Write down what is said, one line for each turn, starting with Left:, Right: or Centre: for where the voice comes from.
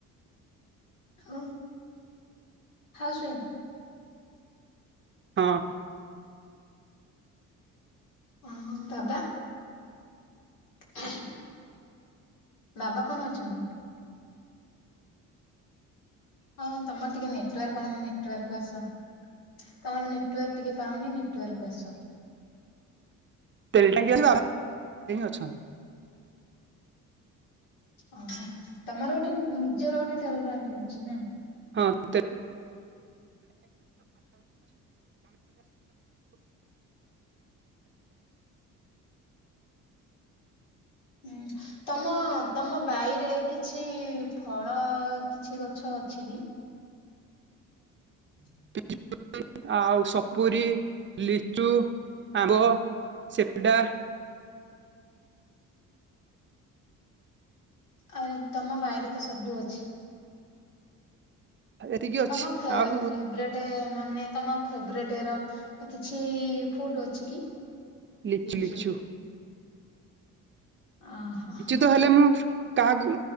Left: ଆ, ହଉସ୍ ୱାଇଫ୍?
Right: ହଁ।
Left: ଅ ହଁ ବାବା। ହ ବାବା କଣ ଅଛନ୍ତି? ହଁ ତମର ଟିକେ ନେଟୱାର୍କ ପାଉନି ନେଟୱାର୍କକୁ ଆସ। ତମର ନେଟୱାର୍କ ଟିକେ ପାଉନି ନେଟୱାର୍କକୁ ଆସ।
Right: ତେଲଟାଙ୍କି <inaudible>
Left: ଓହୋ, ତମର ଗୋଟେ ନିଜର ଗୋଟେ ତେଲ୍ ଟାଙ୍କି ଅଛି ନା?
Right: ହଁ <inaudible>
Left: ହୁଁ। ତମ-ତମ ବାଇରେ କିଛି ଫଳ କିଛି ଗଛ ଅଛି କି? ହୁଁ
Right: <unintelligible> ଆଉ ସପୁରୀ, ଲିଚୁ, ଆମ୍ବ ସିପେଡ଼ା
Left: ଆ ଏ ତମ ବାଇରେ ତ ସବୁ ଅଛି।
Right: ଏତିକି ଅଛି।
Left: ତମ ଫେ
Right: ଆଉ
Left: ଫେବ୍ରେଟ୍ <unintelligible> ମାନେ ତମ ଫେବ୍ରେଟ୍ ର କିଛି ଫୁଡ୍ ଅଛି କି?
Right: ଲିଚୁ-ଲିଚୁ।
Left: ଲିଚୁ ଅ ହ।
Right: ତାହେଲେ ମୁଁ କାହାକୁ